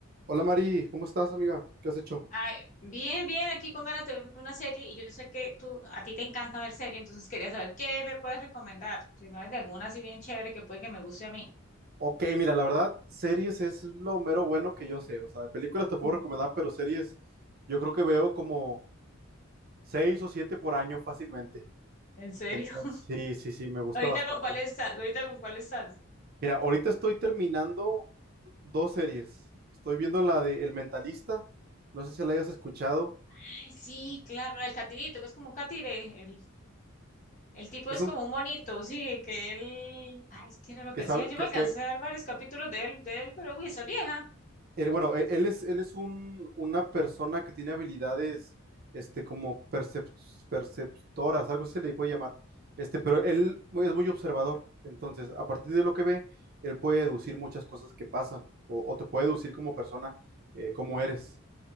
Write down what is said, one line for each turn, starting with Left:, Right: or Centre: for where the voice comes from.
Right: Hola Mari, ¿cómo estás, amiga? ¿Qué has hecho?
Left: Ay, bien, bien, aquí con ganas de ver una serie y yo sé que tú, a ti te encanta ver serie entonces quería saber qué me puedes recomendar, si sabes de alguna así bien chévere que puede que me guste a mí.
Right: Ok, mira, la verdad, series es lo mero bueno que yo sé. O sea, de películas te puedo
Left: <laughs>
Right: recomendar, pero series yo creo que veo como seis o siete por año fácilmente.
Left: ¿En serio?
Right: Entonces,
Left: <laughs>
Right: sí, sí, sí, me gusta
Left: ¿Ahorita
Right: bastante.
Left: con cuál estás? ¿Ahorita con cuál estás?
Right: Mira, ahorita estoy terminando dos series. Estoy viendo la de El Mentalista, no sé si la hayas escuchado.
Left: Ay, sí, claro, el catirito, que es como un catire, el, el tipo
Right: Es
Left: es
Right: un
Left: como un monito, sí, que él, ay, ¿qué era lo
Right: que
Left: que
Right: sabe
Left: hacía? Yo
Right: que,
Left: me alcancé
Right: que-
Left: a ver varios capítulos de él, de él, pero uy, esa es vieja.
Right: Él, bueno, e- él es, él es un, una persona que tiene habilidades, este, como percep- perceptoras, algo así se le puede llamar. Este, pero él mu- es muy observador. Entonces, a partir de lo que ve, él puede deducir muchas cosas que pasan o, o te puede deducir como persona, eh, cómo eres.